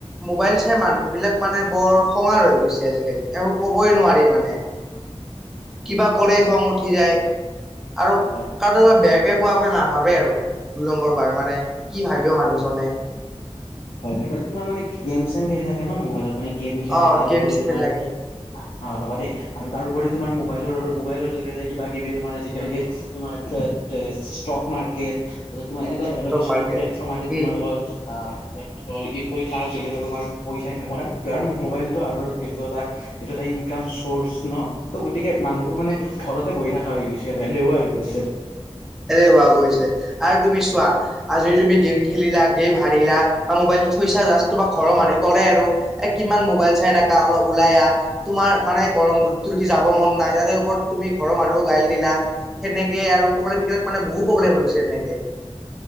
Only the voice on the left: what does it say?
ঠিক
কথা
হয়
হয়, হয়, মানে তোমাৰ মানে গেম চেম খেলি থাকে ন, মোবাইলত মানে গেম খেলে
তাৰ
উপৰি
তোমাৰ
অ ৰ'বা দেই, আৰু তাৰপৰি তোমাৰ মোবাইলৰ মোবাইলৰ জৰিয়তে কিবা কিবি তোমাৰ আজিকালি তোমাৰ ষ্টক মাৰ্কেট, ত তোমাৰ এনেকুৱা ধৰণৰ
কিছুমান
প্লেটফৰ্ম আদিত
তোমালোকৰ আ ই তাৰ জৰিয়তে তোমাৰ পইচা ইনকাম আৰু মোবাইলতটো আৰু সেইটো এটা এই ইনকাম চৰ্চ ন, তো গতিকে মানুহবোৰ মানে
ঘৰতে বহি থকা হৈ গৈছে আৰু এলেহুৱা হৈ পৰিছে।